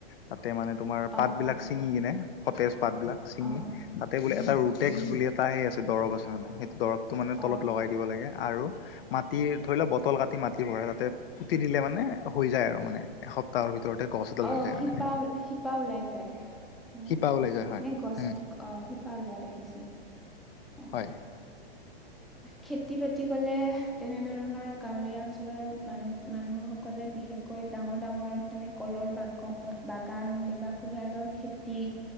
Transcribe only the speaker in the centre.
অ
অ
অ
অ
শিপা
শিপা ওলাই যায় হা?
নে গছ
অ শিপা ওলোৱা দেখিছো মই অ।
খেতি বাতি ক'লে তেনেধৰণৰ গাঁৱলীয়া অঞ্চলৰ মানুহ মানুহসকলে বিশেষকৈ ডাঙৰ ডাঙৰ তেনেক কলৰ বাগ বাগান নহ'লে বা কুঁহিয়াৰৰ খেতি।